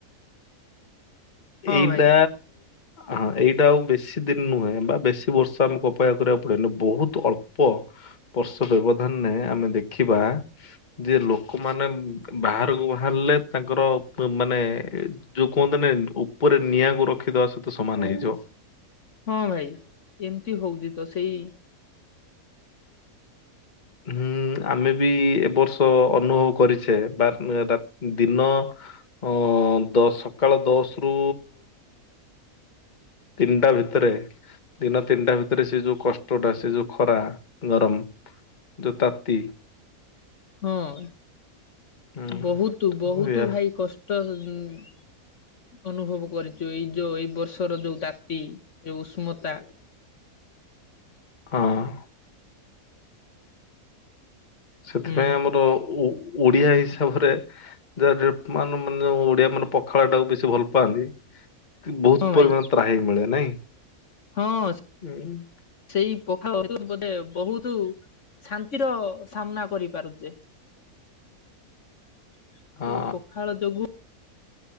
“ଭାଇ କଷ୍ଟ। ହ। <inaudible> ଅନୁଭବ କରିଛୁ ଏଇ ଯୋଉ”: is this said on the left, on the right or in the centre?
Left